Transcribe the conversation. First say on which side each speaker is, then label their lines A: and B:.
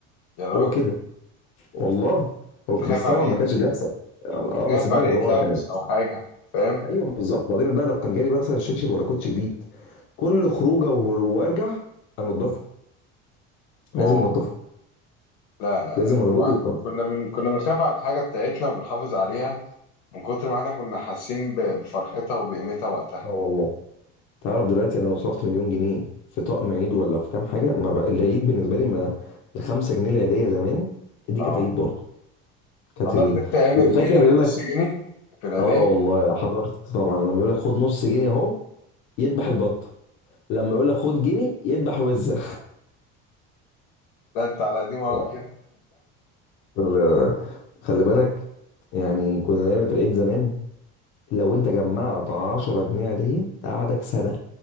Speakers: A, on the left (about 80°); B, on the left (about 45°).
A: يا راجل
B: هو كده والله هو
A: أنت
B: بس
A: خايف عليه
B: طبعا ما
A: يتل-
B: كانش بيحصل اه بس
A: خايف
B: ماما
A: عليه يتلوث
B: طبعا كانت
A: أو حاجة فاهم؟
B: ايوه بالظبط بعدين بقى لو كان جالي مثلا شبشب ولا كوتش جديد كل خروجه وه- وارجع انضفه لازم
A: أوه
B: انضفه
A: لا لا
B: لازم
A: لا
B: ولا بد
A: بعد
B: يتنضف
A: كنا من كنا بنخاف على الحاجة بتاعتنا وبنحافظ عليها من كتر ما احنا كنا حاسين ب- بفرحتها وبقيمتها وقتها
B: اه والله تعرف دلوقتي انا لو صرفت مليون جنيه في طقم عيد ولا في كام حاجه ما بقى العيد بالنسبه لي ما الخمسة جنيه العيديه زمان دي
A: اه
B: كانت عيد برضه كانت
A: حضرت
B: ال...
A: انت ايام
B: يبقى
A: الجنيه
B: فاكر
A: والنص
B: يقول لك
A: جنيه في العيدية
B: اه والله حضرت طبعا لما يقول لك خد نص جنيه اهو يذبح البطه لما يقول لك خد جنيه يذبح وزه
A: لا انت على
B: <laughs>
A: قديمه قوي
B: لا
A: كده
B: ال- خلي بالك يعني كنا دايما في العيد زمان لو انت جمعت 10 جنيه عيديه تقعدك سنه